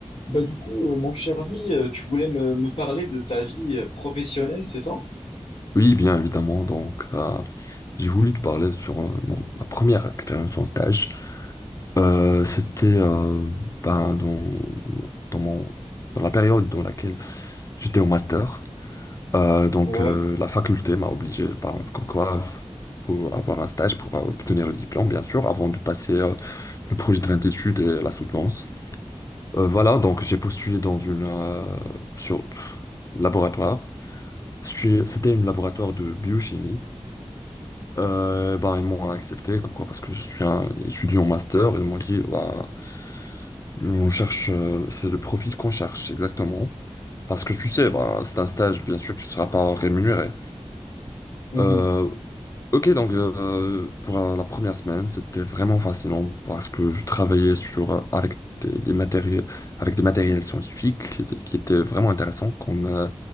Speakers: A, on the left (about 70°); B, on the left (about 30°).
A: Bah du coup, euh, mon cher ami, euh, tu voulais me, me parler de ta vie euh, professionnelle, c'est ça?
B: Oui, bien évidemment. Donc, euh, j'ai voulu te parler sur euh, mon- ma première expérience en stage. Euh, c'était euh, ben, dans, dans, mon, dans la période dans laquelle j'étais au master. Euh, donc,
A: Ouais.
B: euh, la faculté m'a obligé, ben, comme quoi, faut avoir un stage pour euh, obtenir le diplôme, bien sûr, avant de passer euh, le projet de fin d'études et la soutenance. Euh, voilà, donc j'ai postulé dans une euh, sur laboratoire. Je suis- C'était un laboratoire de biochimie. Euh, bah, ils m'ont accepté, pourquoi? Parce que je suis un étudiant master, ils m'ont dit, bah, on cherche, euh, c'est le profil qu'on cherche, exactement. Parce que tu sais, bah, c'est un stage, bien sûr, que tu ne seras pas rémunéré.
A: Mhm.
B: Euh, ok, donc euh, pour euh, la première semaine, c'était vraiment fascinant parce que je travaillais sur, euh, avec des, des matériels, avec des matériels scientifiques qui étaient, qui étaient vraiment intéressants, comme euh,